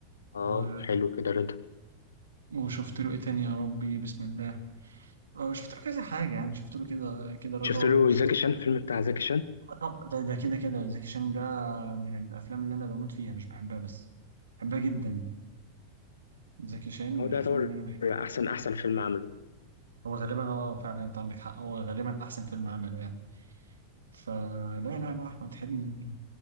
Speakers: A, on the left; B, on the right.
A: اه
B: و...
A: حلو كده رضا
B: وشفت له إيه تاني يا ربي بسم الله آه شفت له كذا حاجة يعني شفت له كده كده رضا
A: شفت له
B: وشفت
A: زكي شان الفيلم بتاع زكي شان
B: آه، طبعا ده ده كده كده زكي شان ده من الأفلام اللي أنا بموت فيها مش بحبها بس بحبها جدا زكي شان من
A: هو ده
B: الأفلام
A: يعتبر
B: اللي أنا بحبها
A: احسن احسن فيلم عمله
B: هو غالبا اه فعلا انت عندك حق هو غالبا احسن فيلم عمله يعني فلا لا لا احمد حلمي